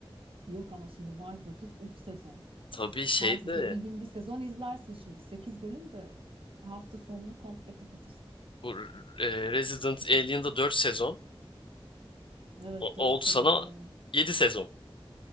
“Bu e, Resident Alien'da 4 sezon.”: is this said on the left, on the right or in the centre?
Left